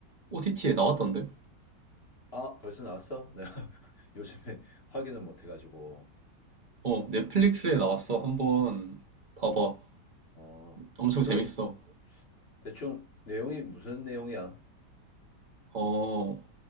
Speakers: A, on the right (about 40°); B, on the left (about 35°).
A: OTT에 나왔던데?
B: 아, 벌써 나왔어? <laughs> 내가 요즘에 확인을 못해 가지고.
A: 어, 넷플릭스에 나왔어. 한번 봐봐.
B: 어.
A: 엄청
B: 그
A: 재밌어.
B: 대충 내용이 무슨 내용이야?
A: 어,